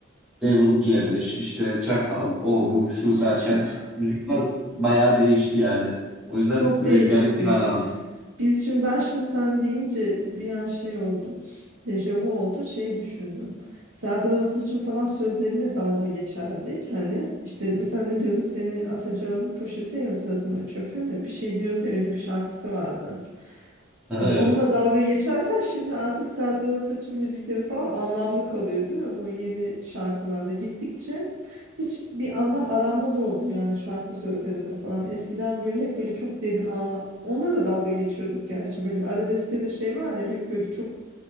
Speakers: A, in the centre; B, on the right.
A: Level C5 işte Çakal o bu şu
B: Ç-
A: derken
B: Çok
A: müzikler bayağı değişti yani. O yüzden
B: çok
A: böyle
B: değişti.
A: garip bir hal aldı.
B: Biz şimdi ben şimdi sen deyince bir an şey oldum. Dejavu oldu. Şey düşündüm. Serdar Ortaç'ın falan sözleriyle dalga geçerdik. Hani işte mesela ne diyordu? Seni atacağım poşete mi sakma çöpe mi? Bir şey diyordu. ya, Öyle bir şarkısı vardı.
A: Aha,
B: de-
A: evet.
B: onunla dalga geçerken şimdi artık Serdar Ortaç'ın müzikleri falan anlamlı kalıyor değil mi? Bu yeni şarkılarda gittikçe hiç bir anlam aranmaz oldu yani şarkı sözlerinde falan. Eskiden böyle hep böyle çok derin anlam. Onunla da dalga geçiyorduk gerçi böyle arabeskte de şey var ya hep böyle çok